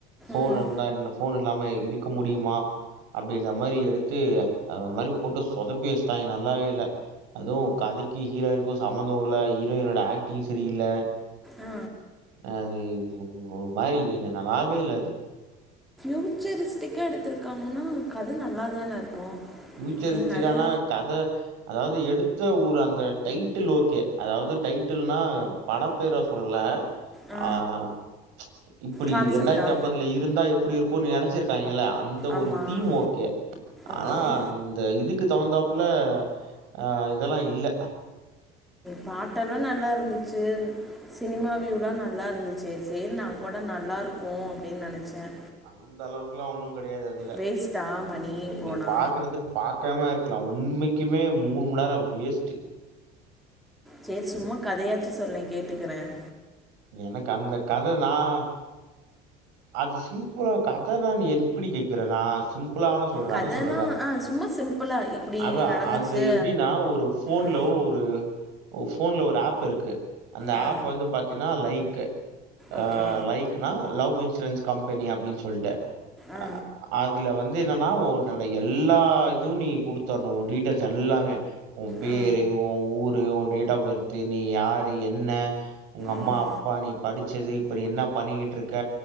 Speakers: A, on the right (about 85°); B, in the centre.
A: போன்
B: ம்
A: இருந்தா என்ன போனு இல்லாம இருக்க முடியுமா அப்படின்ற மாரி எடுத்து அது மாரி போட்டு சொதப்பி வசிட்டாங்க நல்லாவே இல்ல அதுவும் கதைக்கு ஹீரோயினுக்கு சம்பந்தம் இல்ல ஹீரோயினோட ஆக்டிங் சரி இல்ல
B: ஆ
A: அது ஒரு மாரி வே நல்லாவே இல்ல அது
B: ஃபயூச்சர் ஸ்டிக்காக எடுத்துருக்காங்கன்னா கத நல்லா தானே இருக்கும்
A: ஃபியூச்சர்ச்சுக்கானா
B: நீ நல்லா
A: கத அதாவது எடுத்த ஊர் அந்த டைட்டில் ஓகே அதாவது டைட்டில்னா பட பேரா சொல்ல
B: ஆ
A: ஆஹ் ப்ச் இப்படி
B: கான்செப்டா
A: இரண்டாயிரத்தி ஐம்பதுல இருந்தா எப்டி இருக் <unintelligible> நினச்சிருக்காங்கள அந்த
B: ஆமாம்
A: ஒரு தீம் ஓகே. ஆனா
B: ஓகே
A: இந்த இதுக்கு தகுந்தாப்புல அஹ் இதெல்லா இல்ல
B: பாட்டெல்லா நல்லா இருந்துச்சு. சினிமா வியூலா நல்லா இருந்துச்சே சரி நான் கூட நல்லா இருக் போம் அப்டின்னு நினச்சேன்.
A: அந்த அளவுக்கெல்லாம் ஒன்னும் கிடை கிடயாது அதுல
B: வேஸ்ட்டா
A: ஆ
B: மணி போனா
A: பாக்குறதுக்கு பாக்காம இருக் லாம் உண்மைக்குமே மூணு மணி நேரம் வேஸ்ட்.
B: சரி சும்மா கதையாச்சு சொல்லேன் கேட்டுக்குறேன்.
A: எனக்கு அந்த கத நான் அது சிம்பிளா கதை நான் எப்படி கேட்கிற நான் சிம் பிளா வேணா சொல்றேன்
B: கதைனா
A: அத சொல்றல்ல
B: ஆ சும்மா சிம்பிளாக இப்படி
A: அத
B: நடந்துச்சு
A: அது எப்டினா ஒரு போன்ல
B: ஆ
A: ஒரு போன்ல ஒரு ஆப் பெருக்கு அந்த
B: ஆ
A: ஆப் வந்து பாத் லைக்
B: ஓகே
A: அ லைக் நா லவ் இன் இன்சூரன்ஸ் கம்பெனி அப்டின்னு சொல்ட்டு
B: ஆ
A: அ அதுல வந்து இது என்னன்னா உன்னோட எல்லா இதும் நீ குடுத்தரணு உன் டீட்டெயல்ஸ் எல்லாமே உன் பேரு
B: ஆ
A: உன் ஊரு உன் டேட் ஆஃப் பர்து நீ யாரு என்ன உங்க அம்மா
B: ம்
A: அப்பா நீ படிச்சது இப்ப நீ என்ன பண்ணிக்கிட்டு இருக்க